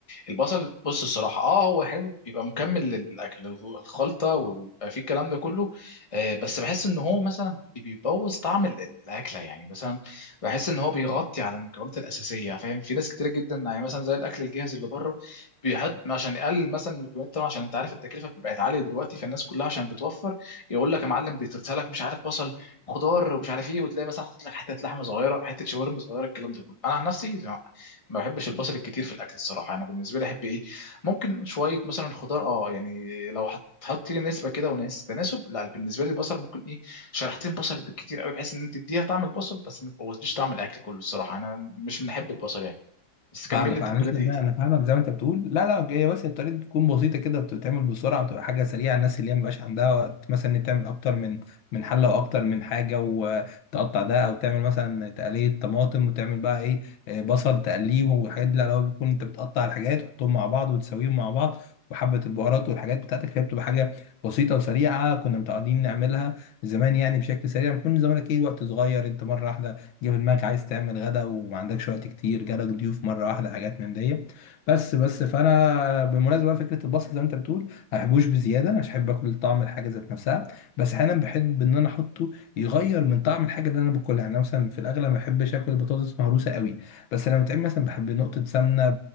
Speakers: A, on the left; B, on the left.
A: البصل بص الصراحة اه هو حلو بيبقى مكمل للأكل للخلطة ويبقى فيه الكلام ده كله آه بس بحس ان هو مثلا بيبوظ طعم ال- ال- الأكلة يعني مثلا بحس ان هو بيغطي على المكونات الأساسية فاهم في ناس كتيرة جدا يعني مثلا زي الأكل الجاهز اللي بره بيحط عشان يقلل مثلا المكونات طبعا عشان انت عارف التكلفة بتبقى عالية دلوقتي فالناس كلها عشان بتوفر يقول لك يا معلم بيترسل لك مش عارف بصل خضار ومش عارف ايه وتلاقي مثلا حاطط لك حتة لحمة صغيرة حتة شاورما صغيرة الكلام ده كله انا عن نفسي ما بحبش البصل الكتير في الاكل الصراحه انا بالنسبه لي احب ايه ممكن شويه مثلا خضار اه يعني لو هت- هتحطي لي نسبه كده وناس تناسب لا بالنسبه لي البصل ممكن ايه شريحتين بصل بالكتير قوي بحيث ان انت تديها طعم البصل بس ما تبوظليش طعم الاكل كله الصراحه انا مش بنحب البصل يعني بس كمل
B: فاهمك
A: لي التتبيلات
B: انا لسه
A: ايه
B: بقى انا فاهمك زي ما انت بتقول لا لا هي بس الطريقه دي تكون بسيطه كده بتتعمل بسرعه وتبقى حاجه سريعه الناس اللي هي مبقاش عندها وقت مثلا ان تعمل اكتر من من حله واكتر من حاجه وتقطع ده او تعمل مثلا تقليه طماطم وتعمل بقى ايه آه، بصل تقليه والحاجات دي لا لا هو بيكون انت بتقطع الحاجات وتحطهم مع بعض وتسويهم مع بعض وحبة البهارات والحاجات بتاعتك فهي بتبقى حاجة بسيطة وسريعة كنا متعودين نعملها زمان يعني بشكل سريع ما كنا زمانك ايه وقت صغير انت مرة واحدة جه في دماغك عايز تعمل غدا وما عندكش وقت كتير جالك ضيوف مره واحده حاجات من دي بس بس فانا بالمناسبه بقى فكره البصل زي ما انت بتقول ما بحبوش بزياده مش بحب اكل طعم الحاجه ذات نفسها بس احيانا بحب ان انا احطه يغير من طعم الحاجه اللي انا باكلها يعني أنا مثلا في الاغلب ما بحبش اكل بطاطس مهروسه قوي بس لما بتعمل مثلا بحب نقطه سمنه